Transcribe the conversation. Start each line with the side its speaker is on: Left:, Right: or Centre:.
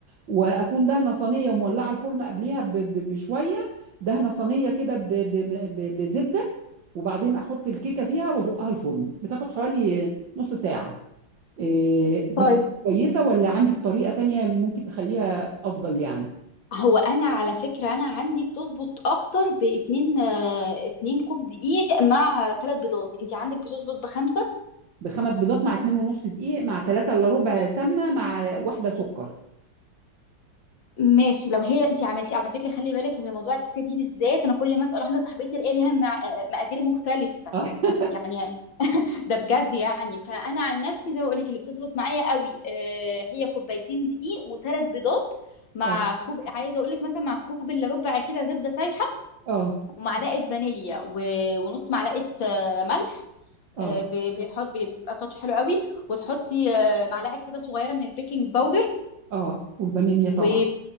Right: واكون دهنه صينيه ومولعه الفرن قبليها ب- ب- بشويه دهنه صينيه كده ب- ب- ب- بزبده وبعدين احط الكيكه فيها وازقها الفرن بتاخد حوالي نص ساعه إيه، دي
Left: طيب
Right: كده كويسة ولا عندك طريقة تانية ممكن تخليها أفضل يعني
Left: هو انا على فكره انا عندي بتظبط اكتر باتنين آه، اتنين كوب دقيق مع ثلاث بيضات انت عندك بتظبط بخمسه
Right: بخمس بيضات مع اتنين ونص دقيق مع تلاتة إلا ربع سمنة مع واحدة سكر
Left: ماشي لو هي انت عملتي على فكره خلي بالك ان موضوع الكيكه دي بالذات انا كل ما اسال واحده صاحبتي الاقي ليها مع- آه، مقادير مختلفه
Right: اه <laughs>
Left: يعني ده بجد يعني فانا عن نفسي زي ما بقول لك اللي بتظبط معايا قوي آه، هي كوبايتين دقيق وثلاث بيضات مع
Right: اه
Left: كوب عايزه اقول لك مثلا مع كوب الا ربع كده زبده سايحه
Right: اه
Left: ومعلقه فانيليا و- ونص معلقه آه، ملح
Right: اه
Left: آه، بي- بيحط بيبقى تاتش حلو قوي وتحطي آه، معلقه كده صغيره من البيكنج باودر
Right: اه والفانيليا طبعا
Left: و